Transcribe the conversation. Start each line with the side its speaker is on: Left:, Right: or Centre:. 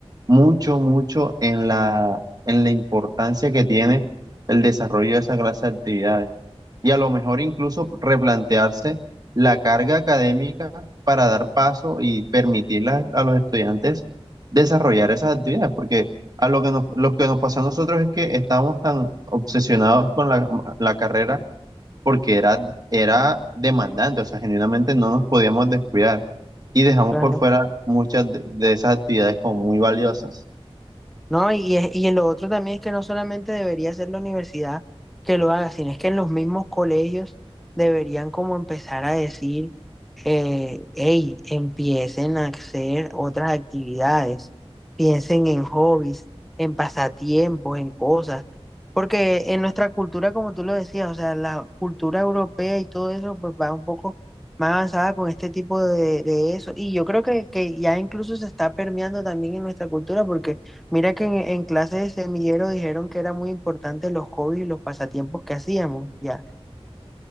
Right: mucho, mucho en la, en la importancia que tiene el desarrollo de esa clase de actividades y a lo mejor incluso replantearse la carga académica para dar paso y permitir la- a los estudiantes desarrollar esas actividades, porque a lo que nos, lo que nos pasó a nosotros es que estábamos tan obsesionados con la, la carrera porque era, era demandante, o sea, genuinamente no nos podíamos descuidar y dejamos
Centre: claro.
Right: por fuera muchas de de esas actividades como muy valiosas.
Centre: No, y, es- y lo otro también es que no solamente debería ser la universidad que lo haga, sino es que en los mismos colegios deberían como empezar a decir, eh, hey, empiecen a hacer otras actividades, piensen en hobbies, en pasatiempos, en cosas, porque en nuestra cultura, como tú lo decías, o sea, la cultura europea y todo eso, pues va un poco más avanzada con este tipo de, de eso, y yo creo que, que ya incluso se está permeando también en nuestra cultura, porque Mira que en, en clase de semillero dijeron que era muy importante los hobbies y los pasatiempos que hacíamos, ya.